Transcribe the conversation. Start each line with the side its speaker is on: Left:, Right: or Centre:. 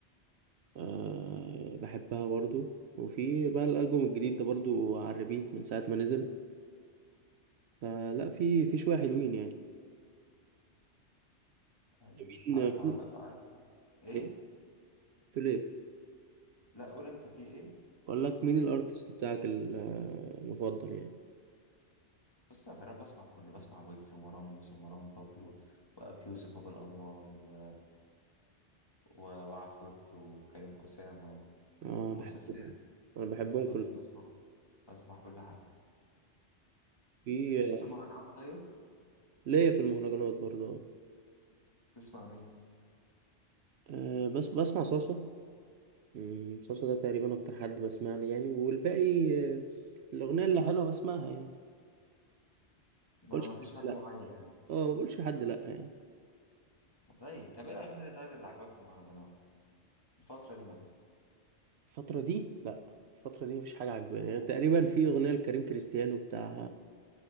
Right: أه بحبها برضو وفي بقى الألبوم الجديد ده برضو على الريبيت من ساعة ما نزل فلا في في شوية حلوين يعني
Left: ايوه
Right: مين
Left: عارف مهرجان عارف ايه
Right: ايه قلت له ليه
Left: لا قول انت في ايه
Right: اقول لك مين الارتست بتاعك ال- المفضل يعني
Left: بص يا فراد بسمع كله بسمع ويجز ومروان موسى ومروان بابلو وأبي يوسف أبو الأنوار و... و- وعفروت وكريم أسامة
Right: اه
Left: وموسى
Right: بحبهم
Left: سام
Right: انا بحبهم
Left: بص
Right: كلهم
Left: بسمع بسمع كل حاجة
Right: في
Left: ليك في المهرجانات طيب
Right: ليا في المهرجانات برضه
Left: تسمع مين؟
Right: آه. آه، بس بسمع صاصة مم، صاصة ده تقريبا اكتر حد بسمع لي يعني والباقي آه، الاغنية اللي حلوة بسمعها يعني ما
Left: ما
Right: بقولش
Left: ما فيش
Right: لحد
Left: حد
Right: لا
Left: معين يعني
Right: اه ما بقولش لحد لا يعني
Left: زي طب إيه الأغاني اللي طيب اللي عجبك في المهرجانات الفترة دي مثلا؟
Right: الفترة دي لا الفترة دي مفيش حاجة عجباني يعني تقريبا في اغنية لكريم كريستيانو بتاع